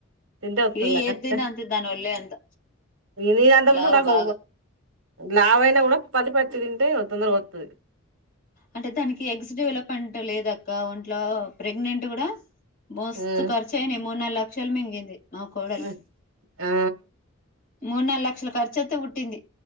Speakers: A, on the right (about 75°); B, on the left (about 45°).
A: తింటే వత్తదిరా
B: ఇది ఏద్
A: ఖచ్చితంగా
B: దిన్న అంత దాని ఒళ్లే అంత
A: నీ అంత
B: లావ్
A: ముందు నాకు
B: భాగా
A: లావైనా కూడా పల్లిపట్టి తింటే తొందరగా వతది
B: అంటే దానికి ఎగ్స్ డెవలప్మెంట్ లేదక్క ఒంట్లో ప్రెగ్నెంట్ కూడా మస్తు
A: ఉమ్
B: కర్చాయినయ్ మున్నల్లక్షలు మింగింది. మా కోడల్
A: ఉమ్, ఆ
B: మునలలక్షల ఖర్చు అత్తే వుట్టింది.